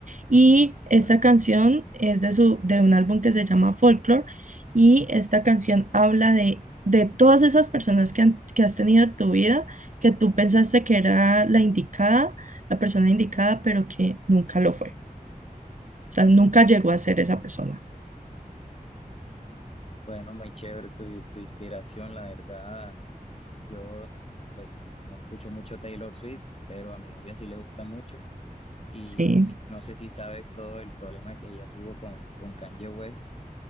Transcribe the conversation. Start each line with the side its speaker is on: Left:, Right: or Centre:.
Right: Y esta
Left: vale.
Right: canción es de, su, de un álbum que se llama Folklore y esta canción habla de, de todas esas personas que, han- que has tenido en tu vida, que tú pensaste que era la indicada, la persona indicada, pero que nunca lo fue. O sea, nunca llegó a ser esa persona.
Left: Bueno, muy chévere tu, tu inspiración, la verdad. Yo, pues, no escucho mucho Taylor Swift, pero a mi novia sí le gusta mucho. Y
Right: Sí.
Left: no sé si sabes todo el problema que ella tuvo con, con Kanye West.